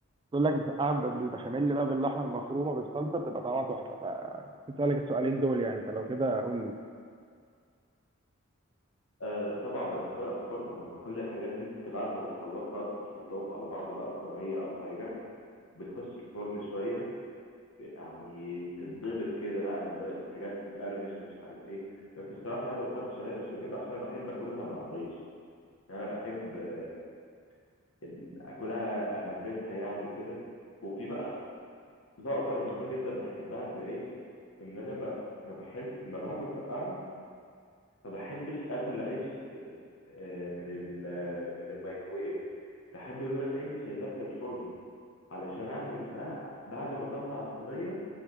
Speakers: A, on the right; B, on the left.
A: تقول لك مسقعه ب- بالبشاميل بقى باللحمه المفرومه بالصلصه بتبقى طعمها تحفه فنسيت اسالك السؤالين دول يعني فلو كده قول لي
B: آه طبعا بدخلها في فرن كل الحاجات دي بت- بعد ما بتخلصها بتحطهم على بعض بقى في صينية أو حاجة بتخش الفرن شوية يعني تتضبط كده بقى ال- الحاجات تتقرمش ومش عارف إيه بس بصراحة لا ما بحطش عليها بشاميل عشان أنا بحب آكلها مع العيش يعني أنا بحب آه، ال- آكلها أغمسها يعني وكده وفي بقى لقطة مهمة جدا بحبها في العيش إن أنا ما ما بحب ما بعمل مسقعة ما بحبش اكل عيش آه، من ال- آه، من الميكروويف بحب بما اني شغلت الفرن علشان اعمل مسقعه بعد ما اطلع الصينيه